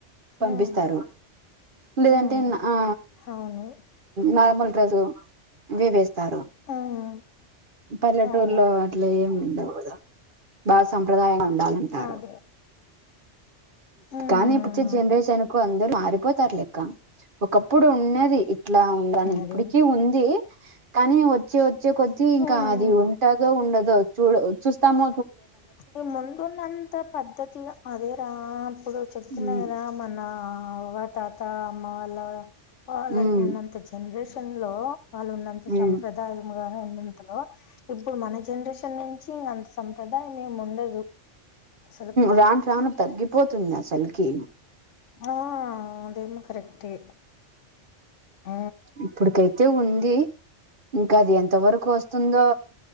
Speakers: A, on the left; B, on the right.
A: హ్మ్.
B: పంపిస్తారు లేదంటే
A: హ్మ్.
B: ఆ
A: అవును
B: నార్మల్ రోజు వి వేస్తారు
A: హ్మ్.
B: పల్లెటూర్లో
A: అవును
B: అట్లా ఏమిండవు బల్ సంప్రదా ఉండాలంటారు
A: అదే హ్మ్.
B: కానీ ఇప్పుచ్చే జనరేషన్ కు అందరుూ మ పోతారు లెక్క ఒకప్పుడు ఉన్నది ఇట్లా ఉందని ఇప్పటిక
A: అదేం
B: ఉంది కానీ వచ్చే వచ్చే కొది
A: ఉమ్
B: కాది ఉంటదో ఉండదుో చూ చూస్తాము
A: ఈ ముందున్నంత పద్ధతిగా అదేరా ఆ ఇప్పుడు చెప్తున్నా
B: ఉమ్
A: కదా మన తాత అమ్మ అలా లా
B: ఉమ్
A: ఉన్నంత జనరేషన్ లో వాళ్ళు ఉన్నంత
B: ఉమ్
A: సంప్రదాయం ఉన్నంతలో ఇప్పుడు మన జనరేషన్ నుంచి ఇంంత ప్రదా మేము ఉండదు అసలుకు
B: రాను రాను తగ్గిపోతుంది అసలుగా ఓకే
A: ఆ అదేమ కరెక్ట్ే ఆ
B: ఇప్పుడికైతే ఉంది ఇంకా అది ఎంత వరకు వస్తుందో